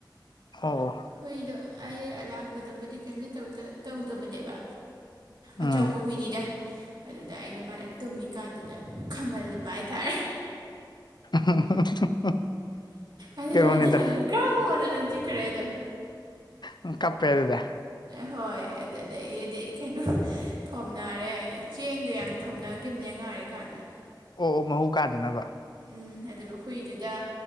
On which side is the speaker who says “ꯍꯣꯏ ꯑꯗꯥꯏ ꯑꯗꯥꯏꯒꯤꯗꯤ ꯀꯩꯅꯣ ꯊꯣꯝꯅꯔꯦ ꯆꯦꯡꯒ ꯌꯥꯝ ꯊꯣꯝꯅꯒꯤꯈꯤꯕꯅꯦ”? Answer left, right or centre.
Right